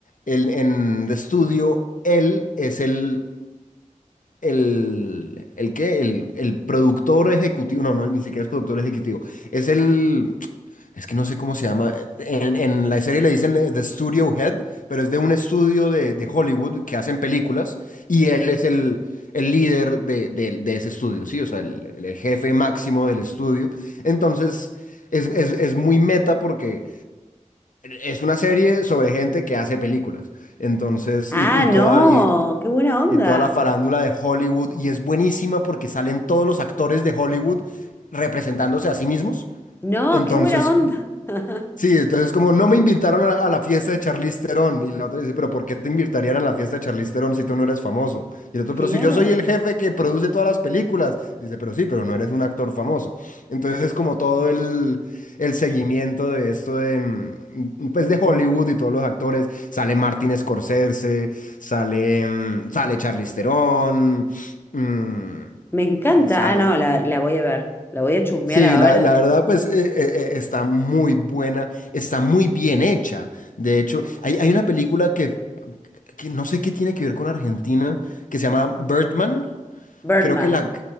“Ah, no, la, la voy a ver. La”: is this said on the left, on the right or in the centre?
Left